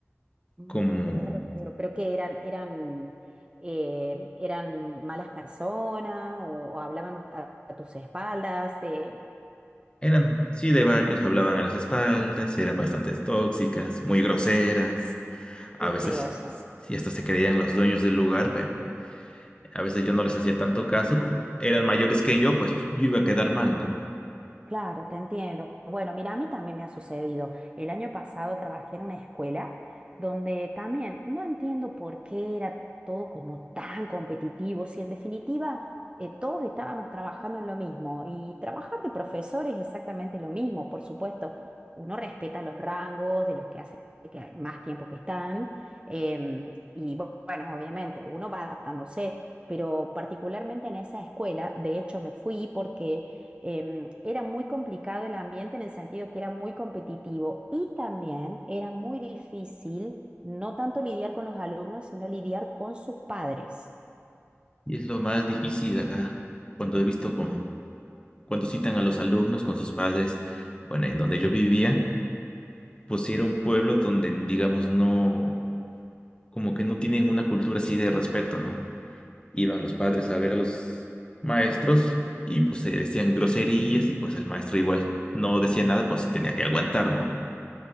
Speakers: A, on the right; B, on the left.
A: Mm,
B: como
A: ya lo creo. ¿Pero que eran, eran, eh, eran malas personas o, o hablaban a, a tus espaldas? Eh,
B: eran, sí, de varios, hablaban a las espaldas, eran bastante tóxicas, muy groseras.
A: qué
B: A veces
A: feo eso.
B: sí hasta se creían los dueños del lugar, pero a veces yo no les hacía tanto caso, como eran mayores que yo, pues yo iba a quedar mal, ¿no?
A: Claro, te entiendo. Bueno, mira, a mí también me ha sucedido. El año pasado trabajé en una escuela donde también no entiendo por qué era todo como tan competitivo, si en definitiva eh, todos estábamos trabajando en lo mismo y trabajar de profesor es exactamente lo mismo, por supuesto. Uno respeta los rangos de los que hace que más tiempo que están em, y bu- bueno, obviamente uno va adaptándose, pero particularmente en esa escuela, de hecho me fui porque em, era muy complicado el ambiente en el sentido que era muy competitivo y también era muy difícil no tanto lidiar con los alumnos, sino lidiar con sus padres.
B: Y es lo más difícil acá, cuando he visto con, cuando citan a los alumnos con sus padres, bueno, en donde yo vivía, pues sí era un pueblo donde, digamos, no, como que no tienen una cultura así de respeto, ¿no? Iban los padres
A: Claro.
B: a ver a los maestros y pues se decían groserías y pues el maestro igual no decía nada, pues se tenía que aguantar, ¿no?